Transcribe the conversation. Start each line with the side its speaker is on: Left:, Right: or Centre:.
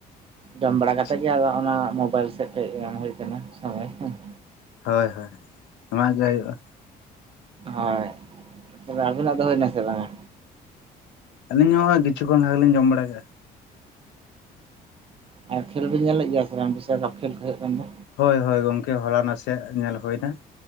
Right: ᱡᱚᱢ ᱵᱟᱲᱟ
Left: ᱟᱪᱪᱷᱟ
Right: ᱠᱟᱛᱮ ᱜᱮ ᱟᱫᱚ ᱚᱱᱟ ᱢᱳᱵᱟᱭᱤᱞ ᱥᱮᱫᱼᱼ ᱠᱟᱹᱡ ᱵᱟᱝ ᱦᱩᱭ ᱟᱠᱟᱱᱟ ᱥᱚᱢᱚᱭ <unintelligible>
Left: ᱦᱳᱭ ᱦᱳᱭ ᱮᱢᱟᱜ ᱜᱮ <unintelligible> ᱦᱩᱭᱩᱜᱼᱟ
Right: ᱦᱚᱭ ᱛᱚᱵᱮ ᱟᱵᱤᱱᱟᱜ ᱫᱚ ᱦᱩᱭᱱᱟ ᱥᱮ ᱵᱟᱝᱟ?
Left: ᱟᱹᱞᱤᱧ ᱦᱚᱜ ᱚᱭ ᱠᱤᱪᱷᱩ ᱠᱷᱚᱱ ᱞᱟᱦᱟ ᱜᱮᱞᱤᱧ ᱡᱚᱢ ᱵᱟᱲᱟ ᱠᱮᱫᱼᱟ
Right: ᱚ ᱟᱨ ᱠᱷᱮᱞ ᱵᱤᱱ ᱧᱮᱞᱮᱫ ᱜᱮᱭᱟ ᱥᱮ ᱵᱤᱥᱥᱚᱠᱟᱯ ᱠᱷᱮᱞ ᱠᱚ ᱦᱩᱭᱩᱜ ᱠᱟᱱ ᱫᱚ
Left: ᱦᱳᱭ ᱦᱳᱭ ᱜᱚᱢᱠᱮ ᱦᱚᱞᱟ ᱱᱟᱥᱮᱭᱟᱜ ᱧᱮᱞ ᱦᱳᱭᱱᱟ